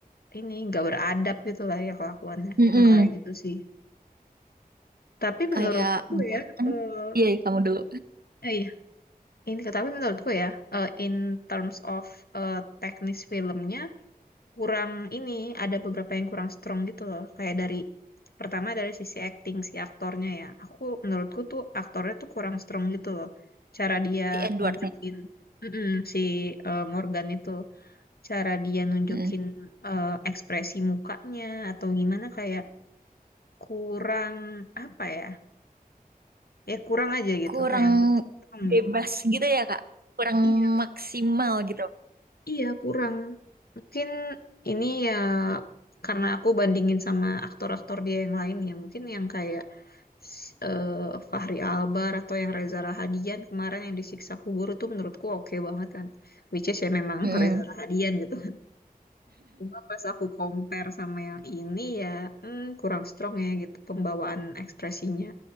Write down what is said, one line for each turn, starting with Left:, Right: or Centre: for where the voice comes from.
Left: ini nggak beradab gitu lah ya kelakuannya.
Right: Mm-mm.
Left: Nah kayak gitu sih. Tapi menurutku
Right: Kayak bahkan
Left: ya, eh
Right: iya kamu dulu.
Left: eh, iya. Ini, tapi menurutku ya, eh, in terms of eh, teknis filmnya, kurang ini ada beberapa yang kurang strong gitu loh kayak dari pertama dari sisi acting si aktornya ya aku menurutku tuh aktornya tuh kurang strong gitu loh cara dia
Right: si Edwardnya
Left: nunjukin Mm-mm, si eh, Morgan itu cara dia nunjukin
Right: Mm.
Left: eh, ekspresi mukanya atau gimana kayak kurang apa ya ya kurang aja gitu
Right: kurang
Left: kayak gitu
Right: bebas
Left: gitu
Right: gitu ya Kak kurang
Left: Iya,
Right: maksimal gitu
Left: Iya, kurang. Mungkin ini ya karena aku bandingin sama aktor-aktor dia yang lain ya. Mungkin yang kayak s- eh, Fachri Albar atau yang Reza Rahadian kemarin yang disiksa kubur itu menurutku oke banget kan. Which is ya memang <laughs>
Right: Mm-mm.
Left: Reza Rahadian gitu. Cuma pas aku compare sama yang ini ya hmm, kurang strong ya gitu pembawaan ekspresinya.